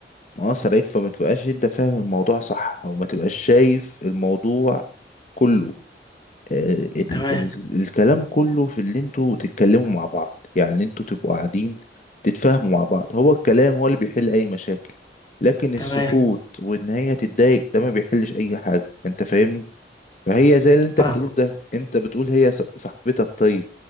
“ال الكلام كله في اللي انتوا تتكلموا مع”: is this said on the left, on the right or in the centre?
Left